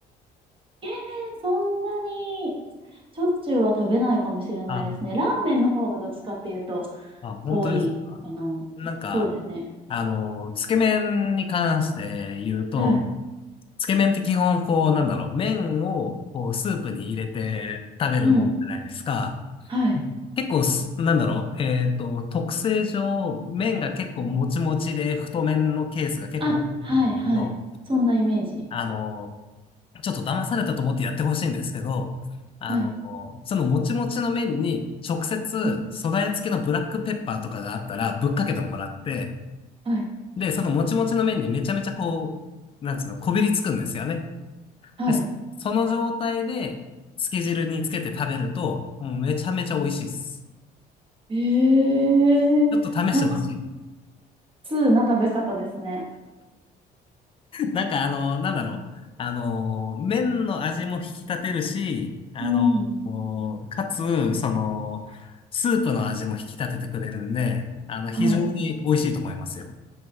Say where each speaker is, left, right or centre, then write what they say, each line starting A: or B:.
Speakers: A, on the right; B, on the left.
A: 冷麺そんなにしょっちゅうは食べないかもしれないですね。
B: あ、
A: ラーメンの方がどっちかっていうと
B: あ、本当ですか
A: 多いかな。
B: なんか、
A: そうですね。
B: あの、つけ麺に関して言うと、
A: はい。
B: つけ麺って基本、こう、なんだろう、麺を、こう、スープに入れて食べるもんじゃないですか。
A: うん。はい。
B: 結構す、なんだろう、えっと、特性上、麺が結構もちもちで太麺のケースが結構多いと思うんですけど、
A: あ、はい、はい。そんなイメージ。
B: あの、ちょっと騙されたと思ってやってほしいんですけど、あの、
A: はい。
B: そのもちもちの麺に直接素材付きのブラックペッパーとかがあったらぶっかけてもらって、
A: うん。はい。
B: で、そのもちもちの麺にめちゃめちゃこう、なんつうの、こびりつくんですよね。
A: はい。
B: で、そその状態で、つけ汁につけて食べると、もうめちゃめちゃ美味しいです。
A: ええなんか、
B: ちょっと試してほしい。
A: 通な食べ方ですね。
B: なんかあの、なんだろう。あの、麺の味も引き立てるし、あの、
A: うん。
B: こうかつ、その、スープの味も引き立ててくれるんで、あの、非常に美味しいと思いますよ。
A: はい。